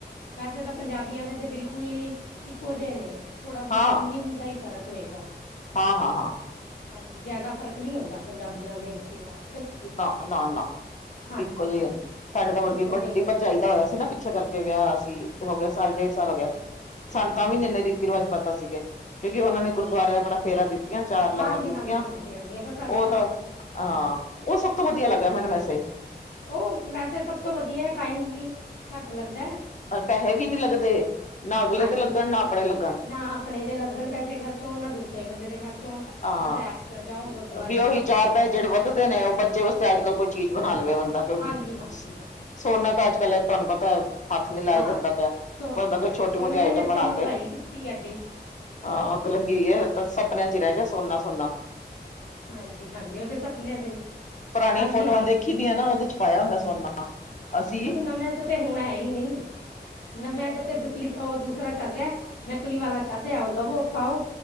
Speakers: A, on the left (about 85°); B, on the left (about 45°).
A: ਵੈਸੇ ਤਾਂ ਪੰਜਾਬੀਆਂ ਦੇ ਤੇ ਬਿਲਕੁਲ ਈ ਇੱਕੋ ਜੇ ਨੇ ਥੋੜਾ ਬੋਤਾ
B: ਹਾਂ
A: ਉਨੀ-ਵੀ ਦਾ ਈ ਫ਼ਰਕ ਹੋਏਗਾ।
B: ਹਾਂ ਹਾਂ ਹਾਂ
A: ਹਾਂਜੀ, ਜੈਦਾ ਫ਼ਰਕ ਨੀ ਹੁੰਦਾ ਪੰਜਾਬੀਆਂ ਦੇ ਰੀਤੀ ਰਿਵਾਜ਼
B: ਨਾ, ਨਾ-ਨਾ
A: ਹਾਂਜੀ
B: ਇੱਕੋ ਜੇ,
A: ਹਾਂਜੀ
B: ਸਾਡੇ ਤਾਂ <unintelligible> ਵੱਡੀ
A: ਇੱਕੋ ਜਿਹੇ ਹੀ ਹੁੰਦਾ
B: ਪਰਜਾਈ ਦਾ ਹੋਯਾ ਸੀ ਨਾ, ਪਿੱਛੇ ਕਰਕੇ ਵੇਆ ਸੀ, ਤੇ ਹੋਗੇ ਸਾਲ-ਡੇੜ ਸਾਲ ਹੋਗਯਾ, ਸਾਨੂੰ
A: ਹਾਂਜੀ
B: ਤਾਂਵੀ
A: ਹਾਂਜੀ
B: ਨੀ ਏਨੇ ਰੀਤੀ ਰਿਵਾਜ ਪਤਾ ਸੀਗੇ। ਕਯੋਕਿ ਓਨਾਂ
A: ਹਾਂਜੀ
B: ਨੇ ਗੁਰਦੁਆਰੇਆ ਬੜਾ ਫੇਰਾ ਦਿ ਦਿੱਤੀਆਂ, ਚਾਰ
A: ਹਾਂਜੀ
B: ਲਾਵਾਂ ਦਿੱਤੀਆਂ।
A: ਹਾਂਜੀ ਹਾਂਜੀ ਹਾਂਜੀ ਬਸ ਅੱਜ
B: ਓ
A: ਕੱਲ
B: ਤਾਂ, ਹਾਂ ਓ ਸਬ ਤੋ ਵਦੀਆ ਲੱਗਾ ਮੈਨੰ, ਵੈਸੇ
A: ਓ ਵੈਸੇ ਸਬ ਤੋ ਵਦੀਐ, ਟਾਈਮ ਵੀ ਘਾੱਟ ਲੱਗਦੈ।
B: ਪੈਹੇ ਵੀ ਨੀ ਲੱਗਦੇ, ਨਾ ਅਗਲੇ
A: ਹਾਂਜੀ
B: ਤੇ ਲੱਗਨ, ਨਾ ਆਪਣੇ ਲੱਗਣ
A: ਨਾ ਆਪਣੇ ਦੇ ਲੱਗਣ ਪੈਸੇ ਖ਼ਰਚ ਹੋਣ, ਨਾ ਦੂਸਰੇ ਬੰਦੇ ਦੇ ਖਰਚ ਹੋਣ,
B: ਹਾਂ
A: ਬਾਸ ਐ ਆਪਨਾ ਜਾਓ ਗੁਰਦੁਆਰੇ,
B: ਵੀ ਉਹੀ
A: ਅਪਨਾ ਮਤਲਬ
B: ਚਾਰ <unintelligible> ਨੇ ਓ ਬੱਚੇ ਵਾਸਤੇ ਆੱਜ-ਕਾੱਲ ਕੋਈ ਚੀਜ਼ ਬਨਾ ਲਵੇ ਬੰਦਾ ਕਯੋਕਿ
A: ਹਾਂਜੀ ਹਾਂਜੀ ਹਾਂ
B: ਸੋਨਾ
A: ਉਹ ਹੈ।
B: ਤਾਂ ਆੱਜ-ਕਾੱਲ ਤਾਨੂੰ ਪਤਾ ਐ ਹਾੱਥ ਨੀ ਲਾਯਾ
A: ਹਾਂ
B: ਜਾਂਦਾ ਪੇਯਾ,
A: ਸੋ
B: ਬੰਦਾ ਕੋਈ ਛੋਟੀ-ਮੋਟੀ
A: ਸੋਨੇ
B: ਆਈਟਮ
A: ਨੇ
B: ਬਣਾ
A: ਤੇ ਮਹਿੰਗਾਈ
B: ਕੇ
A: ਕੀਤੀ ਐਡੀ
B: ਹਾਂ, ਆੱਗ ਲੱਗੀ ਹੋਈ ਏ,
A: ਹਾਂ
B: ਤਾ ਸਪਨਿਆਂ ਚ ਈ ਰੈਗਯੈ ਸੋਨਾ-ਸੁਨਾ
A: ਹਾਂਜੀ, ਹਾਂਜੀ ਓ ਤੇ ਸਪਨੇਆ ਜ ਈ,
B: ਪੁਰਾਣੀਆਂ
A: ਹਾਂਜੀ-ਹਾਂਜੀ।
B: <unintelligible> ਦੀਆਂ ਨਾ ਓਦੇ ਚ ਪਾਯਾ ਹੁੰਦੈ ਸੋਨਾ ਅਸੀਂ
A: ਬਾੱਸ ਨਵੇਆਂ ਚ ਤੇ ਹੁਣ ਹੈ ਈ ਨੀ, ਨਵੇਆਂ ਚ ਤੇ ਡੁਪਲੀਕੇ ਓ ਦੂਸਰਾ ਚਾੱਲ ਰੇਐ। ਨਕਲੀ ਵਾਲਾ ਚਾੱਲ ਰੇਐ, ਓ ਲਵੋ, ਪਾਓ।